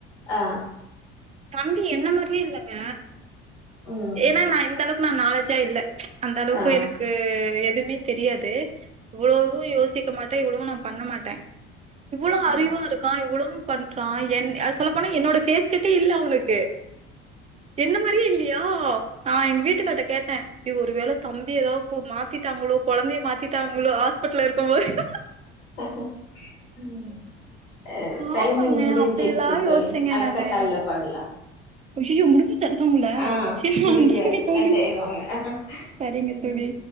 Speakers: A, on the left (about 85°); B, on the right (about 20°).
A: ஆ
B: தங் என்ன மாரியே இல்லங்க
A: ம்
B: ஏன்னா நா இந்தள நா நாலேஜா இல்ல அந்தளவுக்கு
A: ஆ
B: எனக்கு எது மே தெரியாது இவ்வளவும் யோசிக்க மாட்டேன் இவ்வளவும் நான் பண்ண மாட்டே இவ்வளோ அறிவா
A: ஆ
B: இருக்கா இவ்வளோ பண்றான் என் அது சொல்ல போனா என்னோட கேஸ் கிட்ட இல்ல அவனுக் கு என்ன மாரியே இல்லையா நான் எங்க வீட்டுக்கார் கிட்ட கேட்டேன் இ ஒருவேல தம்பி ஏதாவ்து கோ மாத்திட்டாங்களோ கொழந்தைய மாத்திட்டாங்ளோ ஹாஸ்பிட்ல இருக்குபோது
A: ம் அ டைமிங்
B: ஆமாங்க.
A: முடிஞ்சிச்சு
B: அப்படிலாம்
A: தோழி
B: யோசிச்சேங்க
A: அடுத்த
B: நானு.
A: கால்ல பண்லா
B: ஐயய்யோ! முடிஞ்சிருச்சா அதுக்குள்ள?
A: ஆ
B: சரி
A: முடிஞ்சது
B: நன்றிங்க தோழி.
A: கட்டாயிருவாங்க அ அ
B: சரிங்க
A: ம்
B: தோழி.